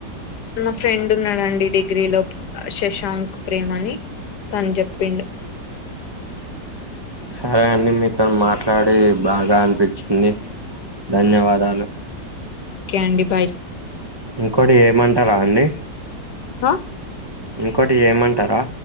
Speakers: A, on the left; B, on the right.
A: నా ఫ్రెండ్ ఉన్నాడండి డిగ్రీ లో శశాంక్ ప్రేమ అని తను చెప్పిండు.
B: సరే అండి మీతో మాట్లాడి బాగా అనిపించింది ధన్యవాదాలు
A: కేండి బాయ్
B: ఇంకోటి ఏమంటారా అండి?
A: హ
B: ఇంకోటి ఏమంటారా?